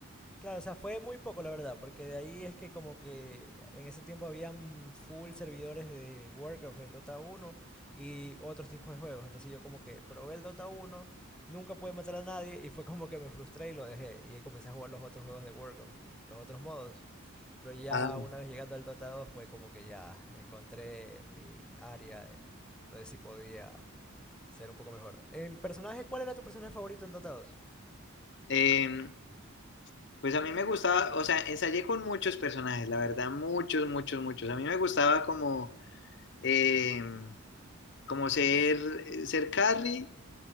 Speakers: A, in the centre; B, on the left (about 55°).
A: Claro, o sea, fue muy poco la verdad, porque de ahí es que como que en ese tiempo habían full servidores de Warcraft en Dota 1 y otros tipos de juegos. Entonces yo como que probé el Dota 1, nunca pude matar a nadie y fue como que me frustré y lo dejé. Y ahí comencé a jugar los otros juegos de Warcraft, los otros modos. Pero ya
B: Ah.
A: una vez llegando al Dota 2 fue como que ya encontré mi área de no sé si podía ser un poco mejor. En personajes, ¿cuál era tu personaje favorito en Dota 2?
B: Em, pues a mí me gustaba, o sea, ensayé con muchos personajes, la verdad, muchos, muchos, muchos. A mí me gustaba como, em, como ser, ser Carrie.